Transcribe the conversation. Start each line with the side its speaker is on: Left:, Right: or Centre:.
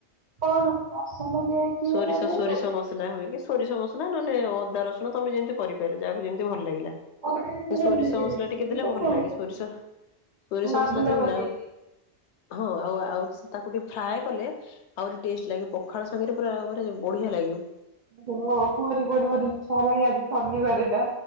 Right: କଣ ମସଲା ଦିଆ ହେଇକି ହୁଏ
Left: ସୋରିଷ
Right: ତା ଦେହରେ
Left: ସୋରିଷ
Right: ନା
Left: ମସଲା ହୁଏକି। ସୋରିଷ ମସଲା ନହେଲେ ଅଦା ରସୁଣ ତମେ ଯେମିତି କରିପାରିଲ ଯାହାକୁ ଯେମିତି ଭଲ ଲାଗିଲା।
Right: କୋଉଟା କେମିତି ଭଲ
Left: ସୋରିଷ
Right: ଲାଗେ
Left: ମସଲା
Right: ବେସର
Left: ଟିକେ ଦେଲେ ଭଲ ଲାଗେ
Right: ହେଇକି
Left: ସୋରିଷ। ସୋରିଷ
Right: ଆମ୍ବୁଲ
Left: ମସଲା ଦେଲେ ଭଲ
Right: ପକେଇକି।
Left: ଲାଗିବ ହଁ ଆଉ ଆଉ ତାକୁ ଟିକେ ଫ୍ରାଏ କଲେ। ଆହୁରି ଟେଷ୍ଟ ଲାଗେ ପଖାଳ ସାଙ୍ଗରେ ପୁରା ବଢ଼ିଆ ଲାଗେ।
Right: ଓ ହୋ କୁହନି କୁହନି ମୋର ଇଚ୍ଛା ହେଲାଣି ଆଜି ଶନିବାର ଟା